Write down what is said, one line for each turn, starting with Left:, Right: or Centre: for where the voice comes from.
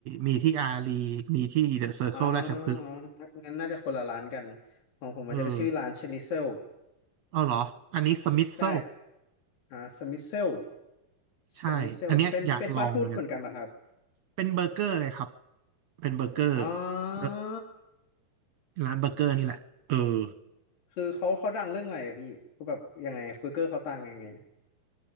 Right: มีที่อารีมีที่เดอะเซอร์เคิลราชพฤกษ์
Left: อ๋อครับงั้นน่าจะคนละร้านกันของผมมันจะไปนชื่อร้านชนิตเซล
Right: เออเอาเหรอ อันนี้สมิ t โซ
Left: ใช่อ่าสมิเซล
Right: ใช่
Left: สมิเซลเป็นเป็นฟาสต์ฟู้ดเหมือนกันเหรอครับ
Right: อันเนี้ยอยากลองเหมือนกัน เป็นเบอร์เกอร์เลยครับ เป็นเบอร์เกอร์
Left: อ๋อ
Right: แล้วร้านเบอร์เกอร์นี่แหละเออ
Left: คือเขาเขาดังเรื่องอะไรอะพี่คือแบบยังไงเบอร์เกอร์เขาต่างยังไง